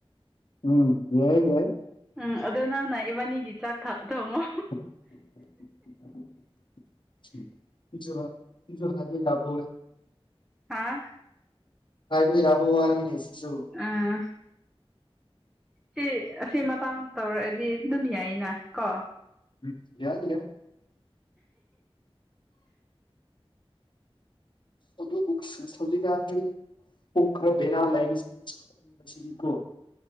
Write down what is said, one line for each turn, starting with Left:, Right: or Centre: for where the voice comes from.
Left: ꯎꯝ ꯌꯥꯏ ꯌꯥꯏ
Centre: ꯎꯝ ꯑꯗꯣ ꯅꯪꯅ ꯏꯕꯥꯅꯤꯒꯤ ꯆꯥꯛ ꯊꯥꯛ ꯊꯣꯡꯉꯣ
Left: <unintelligible> ꯁꯨ ꯂꯦ ꯌꯥꯕ
Centre: ꯍꯥꯥ
Left: ꯄꯥꯏꯕꯗꯤ ꯌꯥꯕꯅꯦ ꯋꯥ ꯉꯥꯡꯉꯤꯅꯦ ꯁꯤꯁꯨ
Centre: ꯑꯥ ꯁꯤ ꯑꯁꯤ ꯃꯇꯥꯡ ꯇꯧꯔꯛꯑꯗꯤ ꯑꯗꯨꯝ ꯌꯥꯏꯌꯦꯅ ꯀꯣ
Left: ꯎꯝ ꯌꯥꯔ ꯌꯥ ꯑꯗꯨꯖꯤ ꯀ ꯄꯨꯔꯅꯥ ꯂꯩ <inaudible>